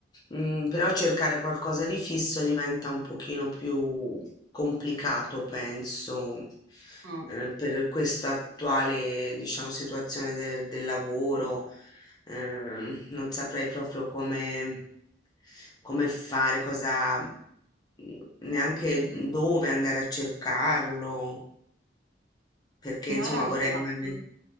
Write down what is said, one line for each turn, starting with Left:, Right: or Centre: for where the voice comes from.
Left: mm, però cercare qualcosa di fisso diventa un pochino più complicato, penso,
Right: Mh.
Left: eh, per questa attuale, diciamo, situazione del del lavoro. Ehm, non saprei proprio come, come fare, cosa, mhmm, neanche dove andare a cercarlo, perché
Right: Finora
Left: insomma vorrei
Right: cosa hai
Left: rimanere.
Right: fatto?